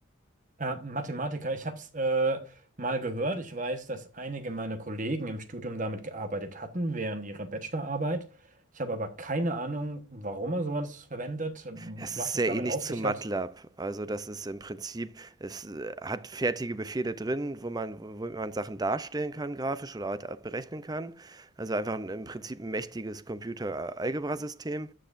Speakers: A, on the right; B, on the right.
A: Äh, Mathematiker, ich habe es äh, mal gehört. Ich weiß, dass einige meiner Kollegen im Studium damit gearbeitet hatten, während ihrer Bachelorarbeit. Ich habe aber keine Ahnung, warum er sowas verwendet, was
B: Es ist sehr
A: es damit
B: ähnlich
A: auf
B: zu
A: sich
B: MATLAB.
A: hat.
B: Also das ist im Prinzip, es äh, hat fertige Befehle drin, wo man, wo man Sachen darstellen kann, grafisch oder halt auch berechnen kann. Also einfach ein, im Prinzip ein mächtiges Computer-Algebra-System.